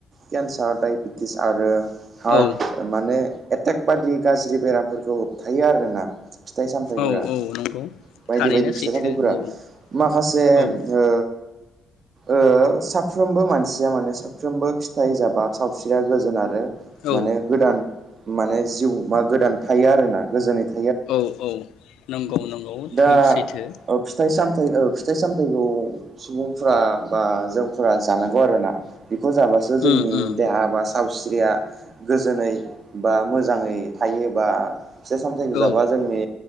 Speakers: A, on the right (about 45°); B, on the left (about 85°).
A: केन्सार डाइबेटिस आरो हार्ट
B: औ
A: माने एटेक बादि गाज्रि बेरामफोरखौ होबथायो आरोना। फिथाइ सामथाइफोरा
B: औ नंगौ
A: बायदि
B: थारैनो
A: बायदि फिथाइ
B: सैथो
A: सामथाइफोरा
B: औ
A: माखासे
B: औ
A: ओ ओ साफ्रोमबो मानसिया माने सानफ्रोमबो फिथाइ जाबा सावस्रिया गोजोन आरो
B: औ
A: माने गोदान माने जिउ मा गोदान थायो आरोना गोजोनै था
B: औ औ नंगौ नंगौ
A: दा
B: थै सैथो
A: ओ <unintelligible> फिथाइ सामथाइखौ सुबुंफोरा बा जोंफोरा जानांगौ आरोना बेखौ जाबासो जोंनि
B: उम उम
A: देहा बा साव स्रिया गोजोनै बा मोजाङै थायोबा फिथाइ सामथाइखो
B: औ
A: जाबा जोंनि